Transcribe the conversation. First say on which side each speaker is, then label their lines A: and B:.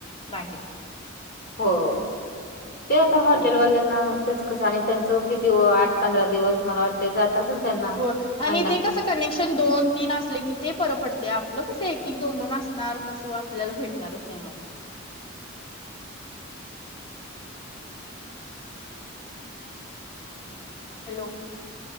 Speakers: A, on the left (about 25°); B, on the left (about 50°).
A: बाहेर.
B: हो. ते आता हॉटेलवाल्या-
A: होय
B: ना तेच कसं आणि त्यांच किती आठ पंधरा दिवस मला वाटतय जात असेल त्यांना.
A: हो आणि
B: महिना
A: ते कस कनेक्शन दोन तीन असले की ते बर पडतेया. आपलं कस एक एक दोन दोन असणार कसं- आपल्याला भेटणारच नाही मग. हॅलो.